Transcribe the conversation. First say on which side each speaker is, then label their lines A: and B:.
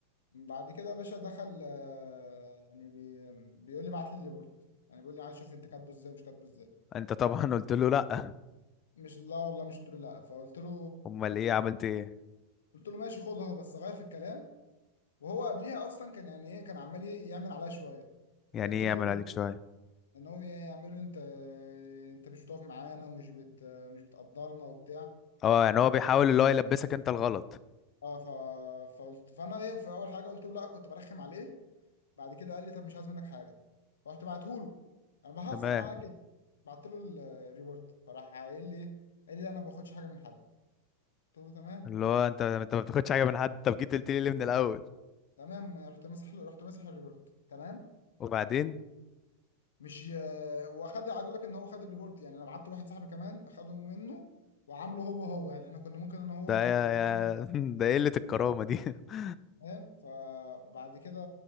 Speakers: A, on the left; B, on the left.
A: بعد كده يا باشا دخل آه، يعني بي... بيقول لي بعت لي الريبورت يعني بيقول لي عايز اشوف انت كاتبه ازاي ومش كاتبه ازاي
B: انت طبعا <laughs> قلت له لا
A: مش لا والله مش قلت له لا فقلت له
B: امال ايه عملت ايه
A: قلت له ماشي خد اهو بس غير في الكلام وهو قبليها اصلا كان يعني ايه كان عمال إيه يعمل عليا شويه
B: يعني
A: فقلت
B: ايه
A: له
B: يعمل عليك شويه
A: ان هو يعمله انت انت مش بتقف معانا ومش بت مش بتقدرنا وبتاع
B: اه يعني
A: ف
B: هو بيحاول اللي هو يلبسك انت الغلط
A: اه ف فقلت فانا ايه في اول حاجه قلت له لا كنت برخم عليه بعد كده قال لي طب مش عايز منك حاجه رحت بعته له انا بهزر
B: تمام
A: معاه كده بعت له ال- الريبورت فراح قايل لي إيه؟ قال لي لا، انا ما باخدش حاجه من حد قلت له تمام
B: اللي هو انت انت ما بتاخدش حاجه من حد طب جيت قلت لي ليه من الاول
A: تمام رحت ماسح له- رحت ماسح الريبورت تمام
B: وبعدين
A: مش ي- واخد عايز اقول لك ان هو خد الريبورت يعني انا بعت لواحد صاحبي كمان اخده منه وعامله هو هو يعني احنا كنا ممكن انا هو
B: ده
A: ايه
B: يا
A: الريبورت
B: يا
A: دي يتنفذ.
B: <laughs> ده قله الكرامه دي <laughs>
A: فاهم فبعد كده